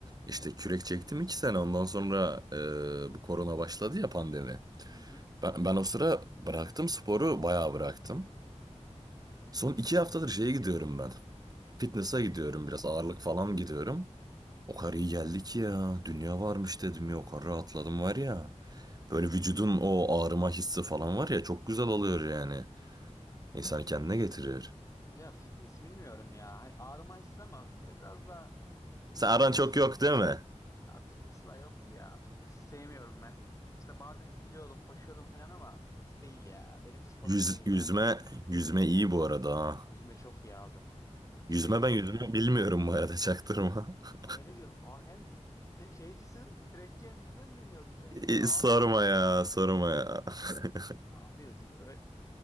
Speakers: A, on the right; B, on the left.
A: işte kürek çektim iki sene ondan sonra e, bu korona başladı ya pandemi.
B: Hı hı.
A: Ben, ben o sıra bıraktım sporu bayağı bıraktım. Son iki haftadır şeye gidiyorum ben. Fitness'a gidiyorum biraz ağırlık falan gidiyorum. O kadar iyi geldi ki ya dünya varmış dedim ya o kadar rahatladım var ya. Böyle vücudun o ağrıma hissi falan var ya çok güzel oluyor yani. İnsanı kendine
B: Ya,
A: getiriyor.
B: ya fitness bilmiyorum ya. Hani ağrıma hissi ama böyle biraz daha insana
A: Sen aran
B: böyle
A: çok
B: şey
A: yok değil mi?
B: ya fitness'la yok ya. Fitness sevmiyorum ben. İşte bazen yüzüyordum, koşuyordum falan ama fitness değil ya. Benim sporum
A: Yüz,
B: değil
A: yüzme,
B: yani.
A: yüzme iyi bu arada ha.
B: Yüzme çok iyi abi. Şey
A: Yüzme ben yüzme bilmiyorum bu arada çaktırma. <laughs>
B: öyle diyorum. Aa, hem te- şeycisin, kürekçi hem yüzme mi bilmiyordun sen ya
A: İyi,
B: abi?
A: sorma ya, sorma ya. <laughs>
B: Abi ö-